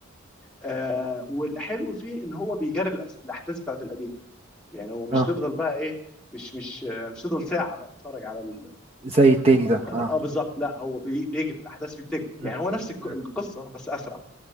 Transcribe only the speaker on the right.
اه
زي التاني ده
اه
مم.
مم.